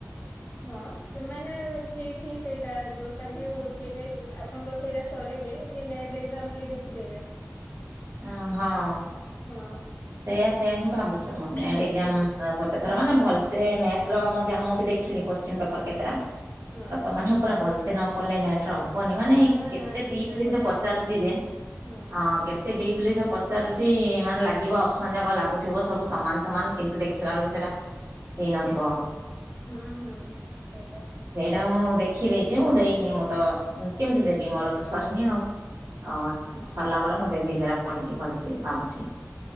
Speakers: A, on the left; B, on the right.
A: ହଁ। ସେ ମାନେ ଠିକ୍ ହିଁ ସେଇଟା ଯୋଉଟା ବି ହଉଛି ଏବେ ଆପଣଙ୍କ ସେଇଟା ସରିଲେ ଇ ନେଟ ଏକ୍ସାମ ଟିକେ ଦେଖିଦେବେ।
B: ଓ ହଁ।
A: ହଁ।
B: ସେଇୟା ସେଇୟା ହିଁ ଭାବୁଛି ମୁଁ ନେଟ
A: ହଁ
B: ଏକ୍ସାମ ଗୋ ଟେଥର ମାନେ ଭଲସେ ନେଟ ର ମୁଁ ଜା ମୁଁ ବି ଦେଖିଲି କୋଶ୍ଚିନ ପେପର କେତେଟା
A: ହଁ।
B: ତ ପୁରା ଭଲସେ ନ ପଡ଼ିଲେ ନେଟ୍ ର ହବ ନି ମାନେ
A: ନା
B: କେତେ
A: ନା ଠିକ
B: ଡିପଲି
A: ରେ ପଢିବାକୁ
B: ସେ ପଚାରୁଛି
A: ହବ
B: ଯେ
A: ହୁଁ
B: ହଁ କେ ତେ ଡିପଲି ସେ ପଚାରୁଛି ମାନେ ଲାଗ ଗିବ ଅପସନ ଯାକ ଲାଗୁଥିବ ସବୁ ସମାନ ସମାନ କିନ୍ତୁ ଦେଖିଲା ବେଳକୁ ସେଇଟା ହେଇନଥିବ।
A: ହୁଁ ହୁଁ ସେଇଟା।
B: ସେଇଟାକୁ ମୁଁ ଦେଖି ଦେଇଛି ମୁଁ ଦେଇନି ମୁଁ ତ କେମିତି ଦେବି ମୋର ତ ସରିନି ଆଉ। ଅ
A: ହଁ
B: ସରିଲା ପରେ ମୁଁ ଦେବି ସେଟା ପଢିକି ଭଲସେ ଭାବୁଛି।